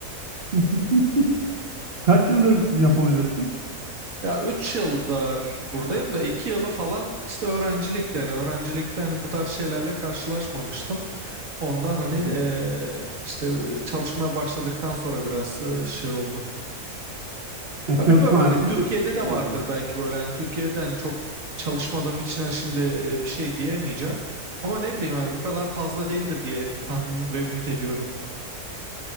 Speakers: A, on the right; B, on the right.
A: <laughs> kaç yıldır Japonya'dasın?
B: Ya 3 yıldır buradayım da 2 yılı falan işte öğrencilikti. Yani öğrencilikte hani bu tarz şeylerle karşılaşmamıştım. Ondan hani
A: Hı hı.
B: eee, işte çalışmaya başladıktan sonra biraz eee, şey oldu.
A: Yani
B: Ya
A: çalışma
B: bilmiyorum hani
A: hayatın
B: Türkiye'de
A: bir şey
B: de vardır
A: geldi.
B: belki böyle. Hani Türkiye'de hani çok çalışmadığım için hani şimdi eee, bir şey diyemeyeceğim. Ama ne bileyim yani bu kadar fazla değildir diye tahmin ve ümit ediyorum.